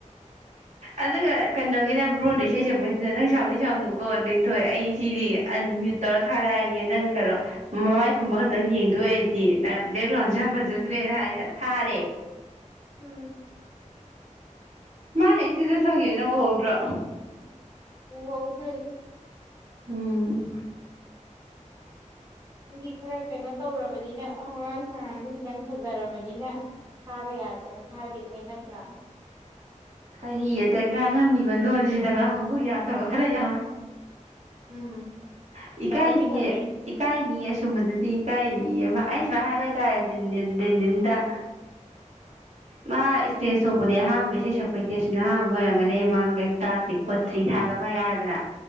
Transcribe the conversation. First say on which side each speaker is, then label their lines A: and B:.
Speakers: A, on the right; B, on the right.
A: ꯑꯗꯨꯒ ꯀꯩꯅꯣꯒꯤꯅ ꯕ꯭ꯔꯣꯅ ꯏꯁꯩ ꯁꯛꯄꯩꯁꯤꯅ ꯅꯪ ꯁꯥꯎꯗꯤ ꯁꯥꯎꯅꯨꯀꯣ ꯅꯤꯡꯊꯣꯏ ꯑꯩ ꯁꯤꯗꯤ ꯑꯟꯃ꯭ꯌꯨꯠ ꯇꯧꯔ ꯊꯥꯔꯛꯑꯒꯦ ꯅꯪ ꯀꯩꯅꯣ ꯃꯃꯥꯏ ꯈꯨꯝꯕ ꯈꯛꯇꯪ ꯌꯦꯡ ꯑꯗꯨ ꯑꯣꯏ ꯑꯩꯗꯤ ꯕꯦꯛꯒ꯭ꯔꯥꯎꯟꯁꯁꯨ ꯌꯥꯝ ꯐꯖꯗ꯭ꯔꯦꯅ ꯍꯥꯏꯒꯦ ꯇꯔꯦ
B: ꯎꯝ
A: ꯃꯥꯅꯦ ꯏꯦꯗ ꯁꯪꯉꯤꯕ ꯅꯪ ꯎꯍꯧꯗ꯭ꯔꯣ
B: ꯎ ꯍꯗ
A: ꯎꯝ
B: ꯑꯗꯨꯗꯤ ꯈꯔ ꯀꯩꯅꯣ ꯇꯧꯔꯕꯅꯤꯅ ꯑꯉꯥꯡ ꯁꯉꯥꯡꯗꯣ ꯈꯤꯇꯪ ꯐꯖꯔꯕꯅꯤꯅ ꯊꯥꯕ ꯌꯥꯗꯅ ꯊꯥꯈꯤꯗꯅ ꯅꯠꯇ꯭ꯔꯥ
A: ꯀꯔꯤ ꯑꯗ ꯉꯥꯡꯉꯝꯃꯤꯕ ꯂꯣꯟꯁꯤꯗ ꯉꯥꯡꯉꯕꯨ ꯌꯥꯗ ꯌꯥ
B: ꯎꯝ
A: ꯏꯀꯥꯏ
B: ꯇꯧꯔꯝꯅꯤ ꯈꯪꯉꯦ
A: ꯏꯀꯥꯏꯅꯤ ꯁꯨꯝꯕꯗꯗꯤ ꯀꯩꯅꯤ ꯑꯩ ꯁꯨꯃꯥꯏꯅ ꯍꯥꯏꯕ ꯍꯥꯏꯇꯥꯔꯦ ꯟꯗꯤꯟꯗ ꯃꯥ ꯏꯁꯇꯦꯖ ꯊꯣꯛꯄꯗꯤ ꯑꯍꯥꯟꯕ ꯏꯁꯩ ꯁꯛꯄ ꯀꯣꯏꯇꯦꯁꯤ ꯅꯍꯥꯕ ꯑꯣꯏꯔꯝꯒꯅꯤ ꯃꯥꯡꯗ ꯀꯔꯤꯝ ꯇꯥꯗ꯭ꯔꯤ ꯈꯣꯠꯇ꯭ꯔꯤ ꯍꯥꯏꯕ ꯑꯃ ꯌꯥꯎꯔꯦꯗꯅ